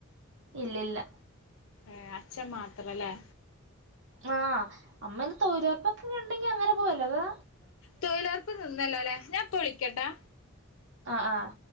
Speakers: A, on the right; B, on the left.
A: ഇല്ലില്ല
B: ഏഹ് അച്ഛം മാത്രലേ
A: ആഹ് അമ്മങ്ങനെ തൊഴിലൊറപ്പൊക്കെ ഇങ്ങനെ ഇണ്ടെങ്കി അങ്ങനെ പോവും അല്ലാതെ
B: തൊഴിലൊറപ്പ് നിന്നല്ലോലെ ഞാൻ ഇപ്പ വിളിക്കട്ടാ
A: ആഹ് ആഹ്